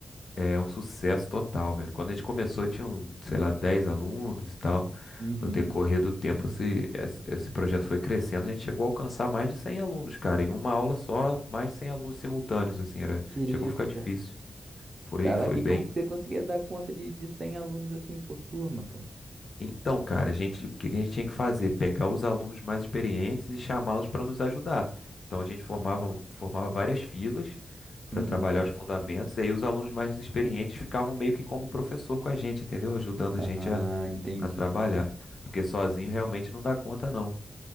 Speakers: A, on the left; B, on the right.
A: É um sucesso total, velho. Quando a gente começou, tinham, sei lá, 10 alunos e tal.
B: Uhum.
A: No decorrer do tempo, esse, esse esse projeto foi crescendo. A gente chegou a alcançar mais de 100 alunos, cara. Em uma aula só, mais de 100 alunos simultâneos, assim, era,
B: Que isso,
A: chegou a ficar difícil.
B: cara.
A: Foi,
B: Caraca,
A: foi bem.
B: e como que você conseguia dar conta de, de 100 alunos assim por turma, cara?
A: Então, cara, a gente, o que que a gente tinha que fazer? Pegar os alunos mais experientes e chamá-los para nos ajudar. Então, a gente formava, formava várias filas para
B: Uhum.
A: trabalhar os fundamentos, e aí os alunos mais experientes ficavam meio que como professor com a gente, entendeu? Ajudando
B: Ah,
A: a gente a
B: entendi.
A: a trabalhar, porque sozinho realmente não dá conta não.